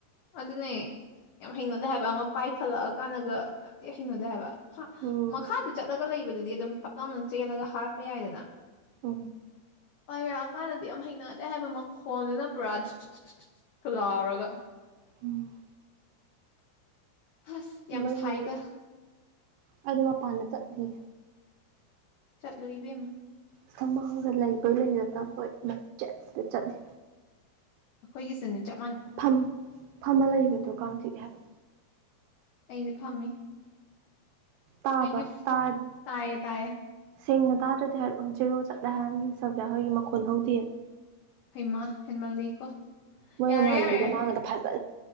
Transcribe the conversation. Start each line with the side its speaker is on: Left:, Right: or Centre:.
Left: ꯑꯗꯨꯗꯅꯦ ꯌꯥꯝ ꯍꯩꯅꯗꯦ ꯍꯥꯏꯕ ꯑꯃ ꯄꯥꯏꯈꯠꯂꯛꯑ ꯀꯥꯟꯗꯒ ꯌꯥꯝ ꯊꯤ ꯍꯩꯅꯗꯦ ꯍꯥꯏꯕ
Right: ꯎꯝ
Left: ꯃꯈꯥꯗ ꯆꯠꯂꯒ ꯂꯩꯕꯗꯨꯗꯤ ꯑꯗꯨꯝ ꯄꯠ ꯂꯥꯎꯅ ꯆꯦꯜꯂꯒ ꯍꯥꯠꯄ ꯌꯥꯏꯗꯅ
Right: ꯑ
Left: ꯄꯥꯏꯔꯛꯑꯀꯥꯟꯗꯗꯤ ꯌꯥꯝ ꯍꯩꯅꯗꯦ ꯍꯥꯏꯕ ꯃꯈꯣꯟꯗꯨꯅ ꯄꯨꯔꯥ ꯀ ꯂꯥꯎꯔꯒ
Right: ꯎꯝ
Left: ꯑꯁ ꯌꯥꯝ
Right: ꯃꯩꯁꯦ
Left: ꯁꯥꯏꯗ
Right: ꯑꯗꯨ ꯃꯄꯥꯟꯗ ꯆꯠꯂꯤ
Left: ꯆꯠꯂꯨꯕꯦꯝꯃ
Right: ꯁꯃꯥꯡꯗ ꯂꯩꯕ ꯂꯩꯅꯗꯕ ꯃꯆꯦꯠꯁꯤꯗ ꯆꯠꯂꯤ
Left: ꯑꯩꯈꯣꯏꯒꯤ ꯁꯤꯟꯅꯤ ꯆ
Right: ꯐꯝ ꯐꯝꯃ ꯂꯩꯕꯗꯣ ꯀꯥꯡ ꯆꯤꯛꯑꯦ ꯍꯥꯏꯕ
Left: ꯑꯩꯗꯤ ꯐꯝꯃꯤ
Right: ꯇꯥꯕ꯭ꯔꯥ
Left: ꯑꯩꯒꯤ ꯐꯣꯟ
Right: ꯇꯥꯔ
Left: ꯇꯥꯌꯦ ꯇꯌꯦ
Right: ꯁꯦꯡꯅ ꯇꯥꯗ꯭ꯔꯗꯤ ꯍꯥꯏꯔꯛꯑꯣ ꯦꯔꯣ ꯆꯠꯂꯦꯍꯟ ꯁꯧꯒꯦ ꯍꯒꯤ ꯃꯈꯣꯟ ꯍꯧꯗꯦ
Left: ꯍꯩꯃ ꯍꯦꯟꯃꯜꯂꯤꯀꯣ
Right: ꯃꯣꯏ
Left: ꯌꯥꯔꯦ
Right: ꯃꯃꯥꯟꯕꯤꯒꯦ
Left: ꯌꯥꯔꯦ
Right: ꯃꯥꯥꯡꯒꯗ ꯐꯖ